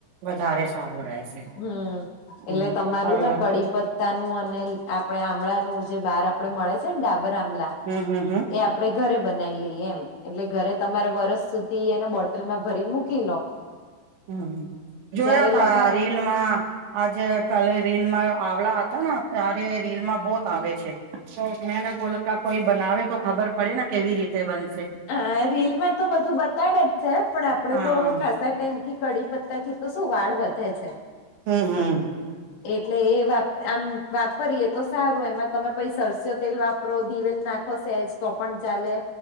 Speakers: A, on the right; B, on the left.
A: વધારે સારું રહેશે
B: હમ
A: હમ
B: એટલે તમારું
A: ઓર
B: ના કડીપ <inaudible> નું અને આપણે આમળાનું જે બહાર આપડે મળે છે ને ડાબર આમળા.
A: હમ્મ હમ્મ હમ્મ
B: એ આપડે ઘરે બનાઈ લઈએ એમ. એટલે ઘરે તમારે વરસ સુધી એને બોટલમાં ભરીને મૂકી લો
A: હમ જોયા
B: જયારે
A: તા
B: લગાવવાનું
A: રીલમાં આજે કાલે રીલમાં આવલા હતા ને ત્યારે રીલમાં બહ ભાવે છે તો મેને બોલતા કોઈ બનાવે તો ખબર પડે ને કેવી રીતે બન
B: હા રીલમાં તો બધું બતાડે જ છે પણ આપડે
A: હા
B: તો ખાસા ટાઈમથી કડીપત્તા થી તો શું વાળ વધે છે.
A: હમ હમ.
B: એટલે એ વાપ આમ વાપરીએ તો સારું એમાં તમે પૈસા સ્યો તેલ વાપરો દીવેલ નાખો સહેજ તો પણ ચાલે.